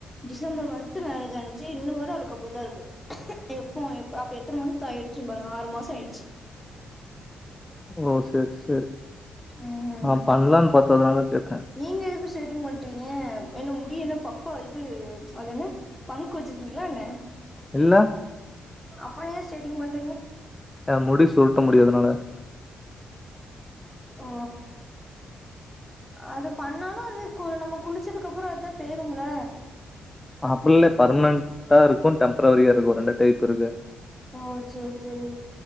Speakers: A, in the centre; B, on the left.
A: டிசம்பர் மன்த் மேரேஜ் ஆனுச்சி இன்னும் வர அவளுக்கு அப்டிதான் இருக்கு எப்போ அப்ப எத்தன மந்த் ஆயிடுச்சி பாருங்க ஆறு மாசம் ஆயிடுச்சி
B: ஓ செர் செர்
A: ம்
B: நா பண்ணலான்னு பாத்த அதனால தான் கேட்டே
A: நீங்க எதுக்கு ஸ்டெய்டிங் பண்றீங்க என்ன முடிய என்ன பஃப்பா இது அது என்ன ஃபங்க் வச்சிருக்கீங்களா என்ன
B: இல்ல
A: அப்புற ஏ ஸ்டைடிங் பண்ணி
B: எ முடி சுருட்ட முடி அதனால
A: ஓ அது பண்ணாலு அது கு நம்ம குளிச்சதுக்கு அப்புற அதுதான் பேய்ரும்ல
B: அப்இல்லே பர்மனன்டா இருக்கும் டெம்ப்ரரியா இருக்கும் ரெண்டு டைப் இருக்கு
A: ஓ செரி செரி